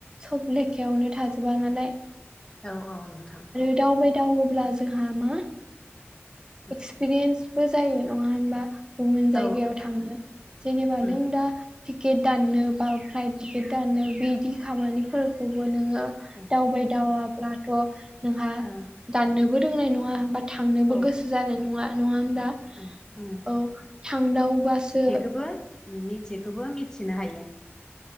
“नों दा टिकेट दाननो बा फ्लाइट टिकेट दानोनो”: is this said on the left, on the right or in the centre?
Right